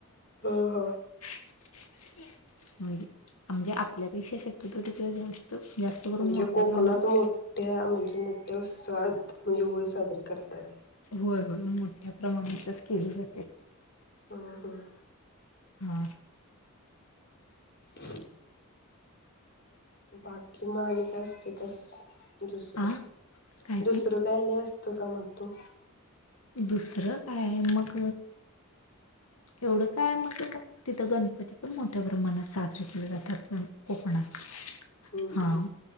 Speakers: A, on the left; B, on the left.
A: हा हा
B: ह <inaudible> <unintelligible> म्हणजे आपल्यापेक्षा शक्यतो तिकडे जास्त जास्त
A: म्हणजे
B: करून मोठ्या
A: कोकणात
B: प्रमाणात
A: मोठ मोठ्या म्हणजे मोठ्या सात म्हणजे होळी साजरी करतात
B: होय होय मोठ्या प्रमाणातच केली जाते
A: हम्म हम्म
B: हा
A: <inaudible> बाकी मालिका असते तसं. दुसरं
B: आ काय
A: दुसरं
B: ते
A: काय आणि असतं का मग? तो
B: दुसरं काय मग एवढं काय मग तिथं गणपती पण मोठ्या प्रमाणात साजरे केले जातात. पण कोकणात
A: हम्म
B: हां
A: हम्म